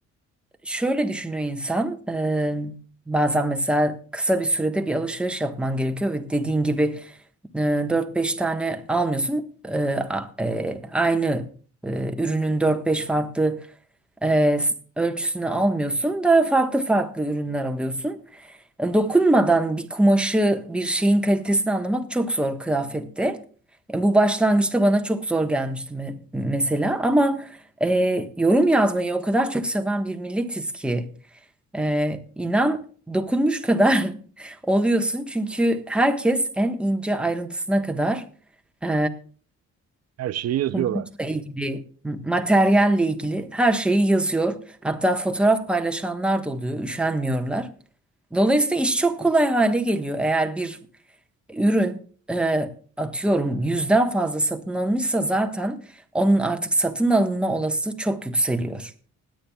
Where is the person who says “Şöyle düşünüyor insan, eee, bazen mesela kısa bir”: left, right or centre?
Centre